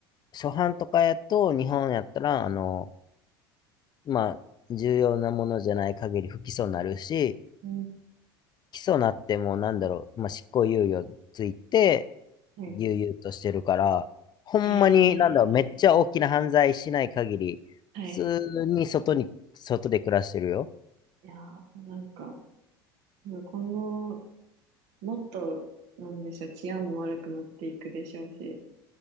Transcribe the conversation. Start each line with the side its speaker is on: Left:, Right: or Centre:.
Left: 初版とかやと、日本やったら、あのーまあ、重要なものじゃない限り不起訴になるし、
Right: うん。
Left: 起訴なってもなんだろう、まあ、執行猶予ついて、
Right: はい
Left: 悠々としてるから、ほんまになんだろう、
Right: え
Left: めっちゃ大きな犯罪しない限り、
Right: えはい。
Left: 普通に外に、外で暮らしてるよ。
Right: いやー、なんか、すごい今後、もっと、なんでしょう、治安も悪くなっていくでしょうし、